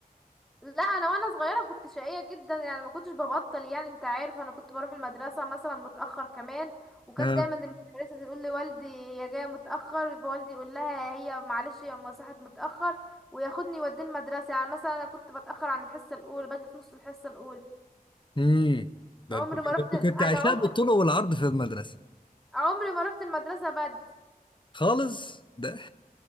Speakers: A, in the centre; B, on the left.
A: لا انا وانا صغيره كنت شقيه جدا يعني ما كنتش ببطل يعني انت عارف انا كنت بروح المدرسه مثلا متاخر كمان وكانت
B: اه
A: دايما المدرسه تقول لي والدي هي جايه متاخر فوالدي يقول لها هي معلش هي أما صحت متاخر وياخدني يوديني المدرسه يعني مثلا انا كنت بتاخر عن الحصه الاولى باجي في نص الحصه الاولى
B: امم ده
A: عمري
B: انت ده
A: ما رحت
B: انت كنت
A: انا
B: عايشاه
A: عمري
B: بالطول والعرض في المدرسه
A: عمري ما رحت المدرسه بدري
B: خالص ده